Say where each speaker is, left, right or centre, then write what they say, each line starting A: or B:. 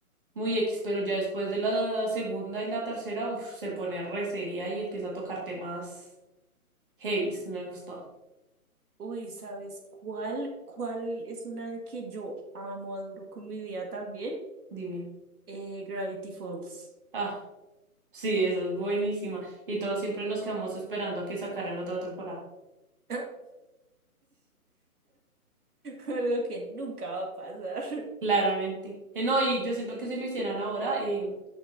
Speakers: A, on the right; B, on the right.
A: muy X, pero ya después de la segunda y la tercera, uf, se pone re seria y empieza a tocar temas heavies, me gustó,
B: Uy, ¿sabes cuál? ¿Cuál es una que yo amo, adoro con mi vida también?
A: dime.
B: Eh, Gravity Falls.
A: Ah, sí, eso es buenísima. Y todos siempre nos quedamos esperando a que sacaran otra temporada.
B: <laughs> Algo que nunca va a pasar.
A: Claramente. Eh, No, y yo siento que si lo hicieran ahora, eh,